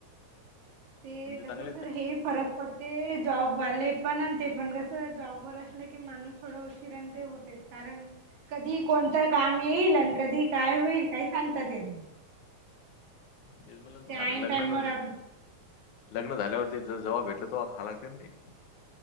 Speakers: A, on the right; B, on the left.
A: ते
B: तुमचे
A: कसं
B: चांगले आहेत
A: सर
B: का?
A: हे फरक पडते जॉब वाले पण आणि ते पण कसं जॉब वर असले कि माणूस थोडा उशीरां ते होतेच कारण कधी कोणतं काम येईल आणि कधी काय होईल काय सांगताच येत नाय
B: तेच म्हणला मग आता
A: ऐन
B: लग्ना
A: टाइमावर
B: न.
A: आप
B: लग्न झाल्यावरती ज जव्हा भेटलं तेव्हा खा लागते ना ते.